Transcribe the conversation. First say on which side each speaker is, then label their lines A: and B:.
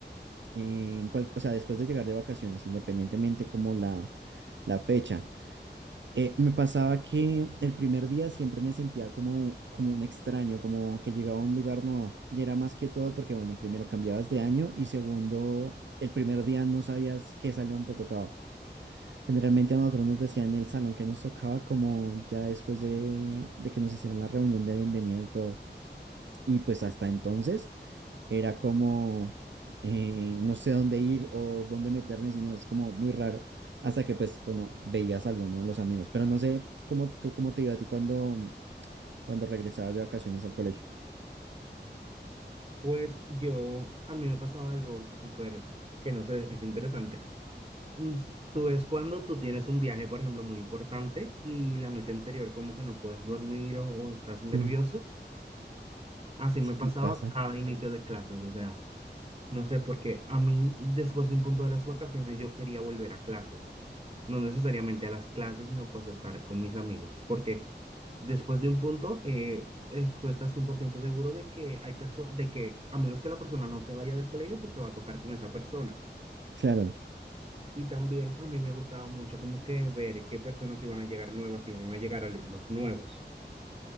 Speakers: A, on the right; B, on the right.
A: eh, en cual- o sea, después de llegar de vacaciones, independientemente como la, la fecha, eh, me pasaba que el primer día siempre me sentía como, como un extraño, como que llegaba a un lugar nuevo. Y era más que todo porque, bueno, primero cambiabas de año y segundo, el primer día no sabías qué salón te tocaba. Generalmente a nosotros nos decían en el salón que nos tocaba como ya después de, de que nos hicieran la reunión de bienvenida y todo. Y pues hasta entonces era como eh, no sé dónde ir o dónde meterme, sino es como muy raro. Hasta que pues cuando veías a alguno de los amigos. Pero no sé cómo, c- cómo te iba a ti cuando, cuando regresabas de vacaciones al colegio.
B: Pues yo, a mí me pasaba algo súper, que no sé, es interesante. Mm, Tú es cuando tú tienes un viaje, por ejemplo, muy importante y la noche anterior como que no puedes dormir o, o estás nervioso.
A: Mm,
B: Así
A: Sí,
B: me pasaba
A: sí, pasa.
B: cada inicio de clases, o sea. No sé, porque a mí después de un punto de las vacaciones yo quería volver a clases. No necesariamente a las clases, sino pues estar con mis amigos. Porque después de un punto, eh, es- tú estás 100% seguro de que hay perso- de que a menos que la persona no se vaya del colegio, pues te va a tocar con esa persona.
A: claro
B: Y también a mí me gustaba mucho como que ver qué personas iban a llegar nuevas, si iban a llegar alumnos nuevos.